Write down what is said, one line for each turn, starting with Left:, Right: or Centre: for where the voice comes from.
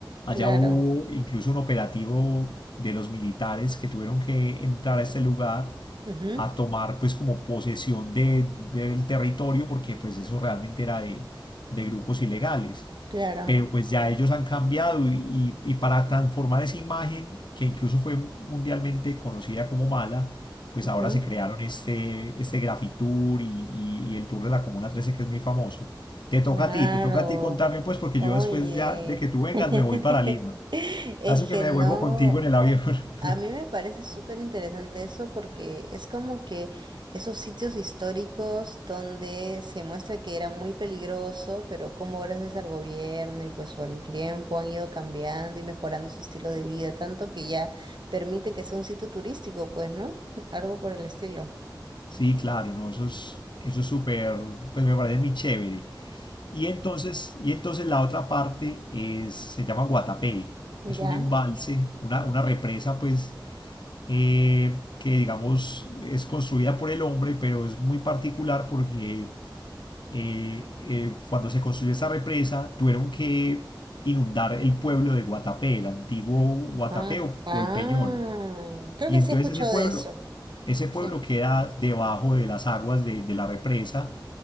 Left: Allá
Right: claro,
Left: hubo incluso un operativo de los militares que tuvieron que entrar a este lugar
Right: ajá,
Left: a tomar pues como posesión de, del territorio porque pues eso realmente era de, de grupos ilegales
Right: claro,
Left: pero pues ya ellos han cambiado y, y- y para transformar esa imagen, que incluso fue mundialmente conocida como mala, pues
Right: ajá,
Left: ahora se crearon este, este Grafitour y, y- y el Tour de la Comuna 13 que es muy famoso. Te
Right: claro.
Left: toca a ti, te toca a ti contarme pues porque
Right: Oye,
Left: yo después ya de que tú vengas
Right: <laughs>
Left: me voy para Lima.
Right: es
Left: Así que
Right: que
Left: me
Right: no.
Left: devuelvo contigo en el avión.
Right: A
Left: <laughs>
Right: mí me parece súper interesante eso porque es como que esos sitios históricos donde se muestra que era muy peligroso, pero como gracias al gobierno y pues por el tiempo han ido cambiando y mejorando su estilo de vida, tanto que ya permite que sea un sitio turístico, pues, ¿no? Algo por el estilo.
Left: Sí, claro, no, eso es, eso es súper, pues me parece muy chévere. Y entonces, y entonces la otra parte es, se llama Guatapé.
Right: Ujú,
Left: Es
Right: ya.
Left: un embalse, una, una represa, pues, eh, que digamos es construida por el hombre, pero es muy particular porque eh, eh, cuando se construyó esta represa tuvieron que inundar el pueblo de Guatapé, el antiguo Guatapé
Right: Ah,
Left: o,
Right: ah,
Left: o el Peñol.
Right: creo
Left: Y
Right: que
Left: entonces
Right: sí he escuchado
Left: ese pueblo,
Right: de eso.
Left: ese pueblo
Right: Sí.
Left: queda debajo de las aguas de, de la represa